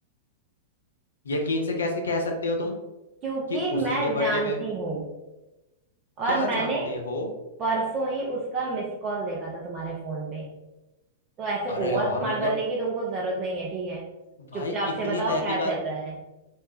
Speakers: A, on the left (about 75°); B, on the right (about 35°).
A: यकीन से कैसे कह सकते हो तुम
B: क्योंकि
A: कि उसी
B: मैं
A: के बर्थडे
B: जानती
A: पे
B: हूँ
A: क्या
B: और मैंने
A: जानते हो
B: परसों ही उसका मिस कॉल देखा था तुम्हारे फोन पे तो ऐसे
A: अरे
B: ओवर
A: यार
B: स्मार्ट
A: मतलब
B: बनने की तुमको जरूरत नहीं है ठीक है
A: भाई
B: चुपचाप
A: इतनी
B: से बताओ
A: तहकीकात
B: क्या चल रहा है